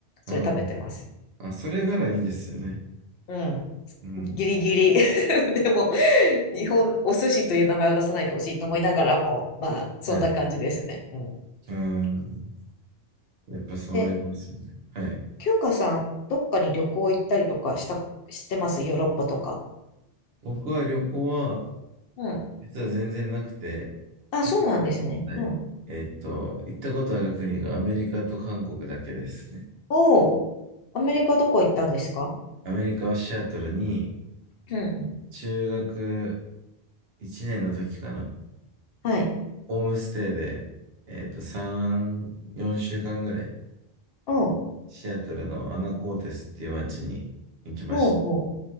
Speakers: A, on the right; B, on the left.
A: あ
B: それ食べてます。
A: あ、あ、それならいいですよね。
B: うん。
A: うん。
B: ギリギリ <laughs> でも、日本、お寿司という名前を出さないでほしいと思いながらも、まあ、そんな感じですね。
A: はい。
B: うん。
A: うん。やっぱそうなりますよね。
B: で、
A: はい。
B: きゅうかさん、どっかに旅行行ったりとかした、してますヨーロッパとか。
A: 僕は旅行は、
B: うん。
A: 実は全然なくて、
B: あ、そうなんですね。
A: はい。
B: うん。
A: えーっと、行ったことある国がアメリカと韓国だけですね。
B: おー。アメリカどこ行ったんですか
A: アメリカはシアトルに
B: うんうん。
A: 中学1年の時かな。
B: はい。
A: ホームステイで、えーっと、3、4週間ぐらい、
B: おー、
A: シアトルのアナコーテスっていう街に行きまし
B: ほうほ